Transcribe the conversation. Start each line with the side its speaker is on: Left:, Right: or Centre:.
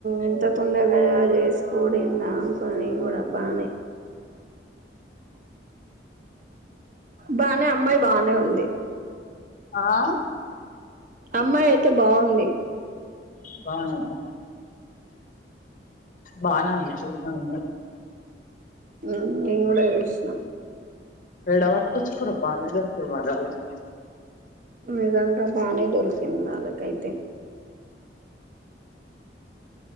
Right: ఎంత తొందరగా చేసుకోడింద అనుకున్న బానే బానే అమ్మాయి బానే ఉంది
Left: ఆ
Right: అమ్మాయి అయితే బాగుంది
Left: బాగానే ఉందా బానే ఉంది చూసా నీను
Right: హు నీను కూడా చుసిన
Left: ఏడ పట్టుకొచ్చుకుర్రో బానే దొరికిళ్ళు మరి ఆళ్లకు
Right: నిజంగా బానే దొరికింది వాళ్ళకైతే